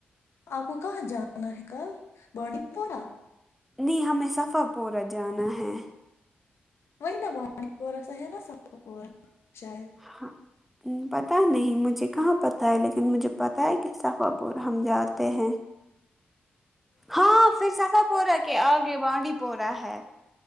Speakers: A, on the left; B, in the centre.
A: آپ کو کہاں جانا ہے کل بانڈی پورہ
B: نہیں ہمیں صفر پورا جانا ہے
A: وہاں نہ وہ پورسا ہے نا سب کو پورشید
B: ہاں پتہ نہیں مجھے کہاں پتہ ہے لیکن مجھے پتہ ہے کہ صفح پور ہم جاتے ہیں ہاں پھر صفا پورہ کے آگے بانڈی پورہ ہے